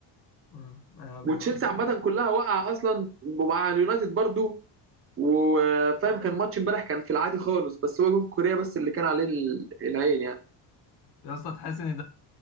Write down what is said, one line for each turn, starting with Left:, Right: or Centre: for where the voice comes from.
Left: اه آه،
Right: وتشيلسي
Left: بن-
Right: عامه كلها واقعه اصلا ومع اليونايتد برضو وفاهم كان ماتش امبارح كان في العادي خالص بس هو جون كوريا بس اللي كان عليه ال- العين يعني
Left: يا اسطى تحس ان ده